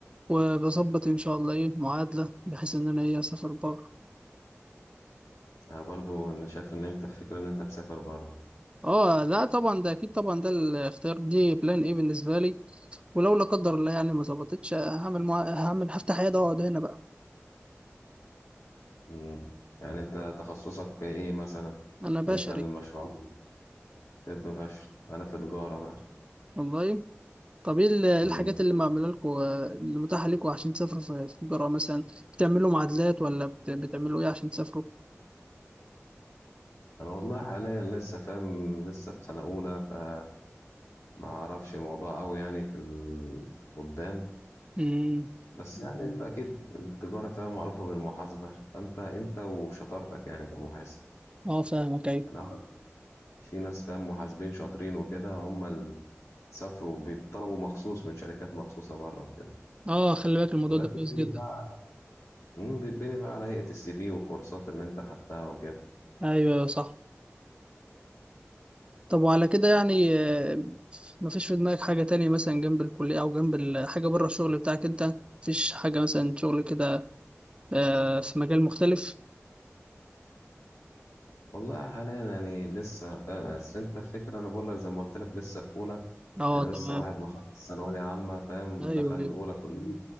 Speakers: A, on the right (about 20°); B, on the left (about 85°).
A: وبظبط ان شاء الله ايه معادله بحيث ان انا ايه اسافر بره
B: أنا برضو أنا شايف إن أنت الفكرة إن أنت تسافر بره
A: اه لا طبعا ده اكيد طبعا ده الاختيار دي بلان ايه بالنسبه لي ولو لا قدر الله يعني ما ظبطتش هعمل مع... هعمل هفتح عياده واقعد هنا بقى
B: مم. يعني أنت تخصصك إيه مثلا؟
A: انا بشري
B: أنت المشروع طب بشري أنا في تجارة بقى
A: والله طب ايه ال- إيه
B: مم.
A: الحاجات اللي معموله لكم اللي متاحه لكم عشان تسافروا في في الجرة مثلا بتعملوا معادلات ولا بت- بتعملوا ايه عشان تسافروا
B: أنا والله حاليا لسه فاهم لسه في سنة أولى فما أعرفش موضوع أوي يعني في ال- قدام
A: امم
B: بس يعني أنت أكيد التجارة فاهم معروفة بالمحاسبة فأنت أنت وشطارتك يعني كمحاسب
A: اه فاهمك ايوه
B: يعني أعرف في ناس فاهم محاسبين شاطرين وكده هم اللي سافروا بيطلبوا مخصوص من شركات مخصوصة بره وكده
A: اه خلي بالك الموضوع
B: وده
A: ده
B: بيتبني
A: كويس جدا
B: بقى على مم، بيتبني بقى على هيئة السي في والكورسات اللي انت خدتها وكده
A: ايوه أيوة، صح طب وعلى كده يعني آه، مفيش في دماغك حاجة تانية مثلا جنب الكلية أو جنب ال- حاجة بره الشغل بتاعك أنت مفيش حاجة مثلا شغل كده آه، في مجال مختلف؟
B: والله حاليا يعني لسه فاهم اصل انت الفكرة انا بقول لك زي ما قلت لك لسه في اولى
A: أه
B: انا لسه
A: تمام
B: واحد مخلص ثانوية عامة فاهم
A: أيوه
B: دخل
A: أيوه
B: اولى كلية